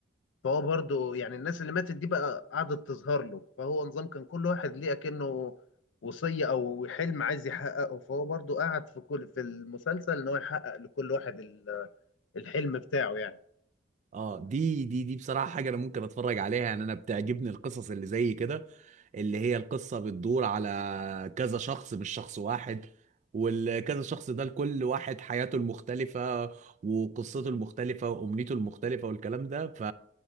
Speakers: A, on the left; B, on the right.
A: فهو برضه يعني الناس اللي ماتت دي بقى قعدت تظهر له فهو نظام كان كل واحد ليه اكنه وصية او حلم عايز يحققه فهو برضه قعد في كل في المسلسل ان هو يحقق لكل واحد ال- الحلم بتاعه يعني
B: اه دي دي دي بصراحة حاجة انا ممكن اتفرج عليها يعني انا بتعجبني القصص اللي زي كده اللي هي القصة بتدور على كذا شخص مش شخص واحد والكذا شخص ده لكل واحد حياته المختلفة وقصته المختلفة وأمنيته المختلفة والكلام ده ف